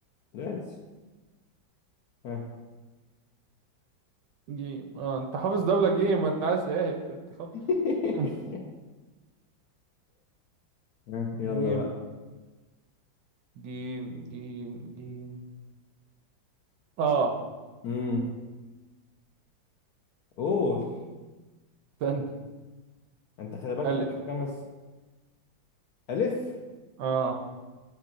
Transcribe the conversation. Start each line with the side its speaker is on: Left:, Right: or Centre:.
Left: بس ها
Right: جيم اه انت حافظ دولة جيم ما انت عايز ايه انت أنت خل...
Left: <laughs>
Right: <laughs>
Left: ها يلا
Right: جيم
Left: بقى
Right: جيم جيم جيم اه
Left: امم قول
Right: استنى
Left: انت خلي بالك
Right: الف
Left: بقالك خمس الف
Right: اه